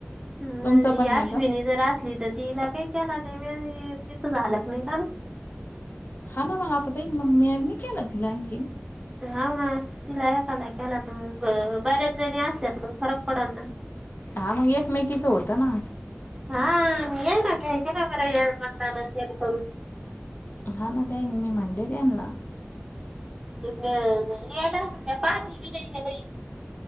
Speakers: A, on the right; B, on the left.
A: नाही
B: तुमचा
A: नाही
B: पण
A: अश्विनी
B: का
A: जर असली तर तिला काही केला नाही म तिचं झालं क नाही का ना
B: हा ना मग आता ब मग मी केलं तिला आणखीन
A: हाव ना तिला एखादा केला तर मग बऱ्याच जणी असल्यात मग फरक पडाना.
B: हा मग एकमेकीचं होतं ना.
A: हा म आयन घ्यायचे ना हे मतदानात करून.
B: हा ना ते मी म्हटली त्याना.
A: येड म्हटल पाहती वनलेई